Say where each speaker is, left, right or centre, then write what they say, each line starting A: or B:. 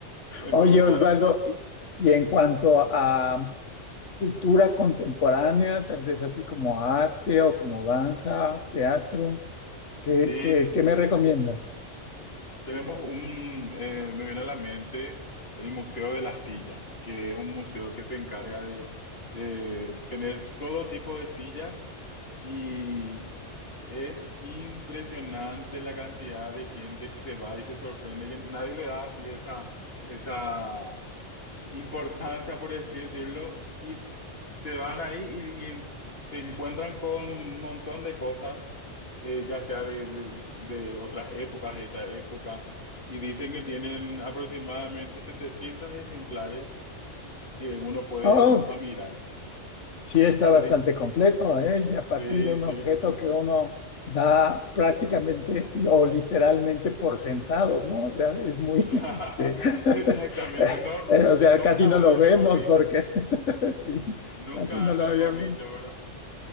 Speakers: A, on the left; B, on the left.
A: en
B: Oye,
A: todo caso.
B: Osvaldo, y en cuanto a cultura contemporánea, tal vez así como arte o como danza, teatro, ¿qué,
A: Sí,
B: qué- qué me recomiendas?
A: Tenemos un, eh, me viene a la mente el Museo de la Silla, que es un museo que se encarga de, de tener todo tipo de sillas y es impresionante la cantidad de gente que se va y se sorprende que nadie le da así esa, esa importancia, por así decirlo, y se van ahí y, y te encuentran con un montón de cosas, eh, ya sea de, de, de otras épocas, de esta época, y dicen que tienen aproximadamente 700 ejemplares que uno puede
B: Oh,
A: ir a, a mirar.
B: sí está bastante
A: De dis-
B: completo, ¿eh? Y a partir
A: Sí,
B: de un objeto
A: sí.
B: que uno da prácticamente y- o literalmente por sentado, ¿no? O sea, es muy,
A: <laughs>
B: <laughs> este, <laughs>
A: Exactamente, no,
B: eh, o sea,
A: nunca
B: casi no
A: antes
B: lo vemos
A: mejor dicho,
B: porque, <laughs> sí,
A: nunca
B: casi no
A: antes
B: lo habíamos.
A: mejor dicho, ¿verdad?